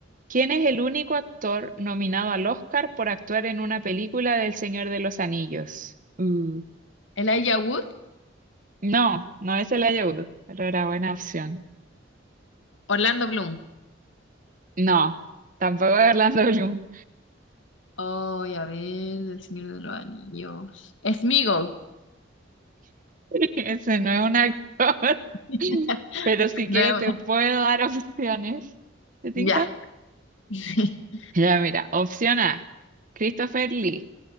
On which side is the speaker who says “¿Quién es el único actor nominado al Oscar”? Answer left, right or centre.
Right